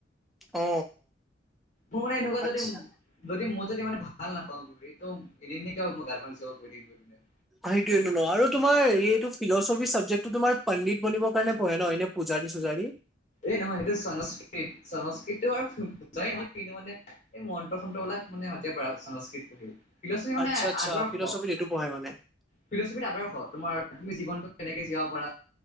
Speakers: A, in the centre; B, on the left.
A: অ
B: মোৰ মানে এনেকুৱা
A: আচ্ছা
B: যদি যদি যদি মানে ভাল নাপাওঁ ঘূৰি তো এদিন কিয় মই গাৰ্লফ্ৰড চব গৈ থাকম দু দিনে
A: সেইটোয়ে ন আৰু তোমাৰ এইটো ফিলচফি চাবজেক্টটো তোমাৰ পণ্ডিত বনিলে কাৰণে পঢ়ে ন এনে পজা পুজাৰি চুজাডি।
B: এই নহয় সেইটো সংস্কৃত সংস্কৃতটো আৰু বুজাই নহয় কিন্তু মানে এই মন্ত্ৰ সন্ত্ৰ বলাক মানে সতে পৰা সংস্কৃত পঢ়ি ফিলচফি মানে
A: আচ্ছা আচ্ছা
B: আদৰ্শ
A: ফিলচফিত এইটো পঢ়াই মানে
B: ফিলচফি আদৰ্শ তোমাৰ তুমি জীনটো কেনেকে জীয়াব পাৰা